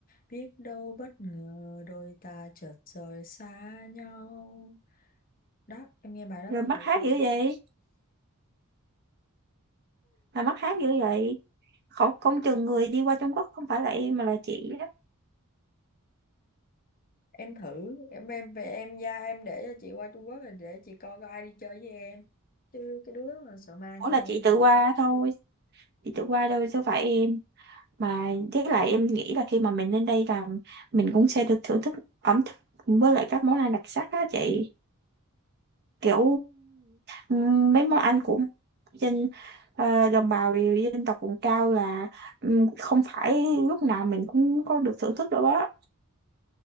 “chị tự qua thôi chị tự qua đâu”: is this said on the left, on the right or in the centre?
Right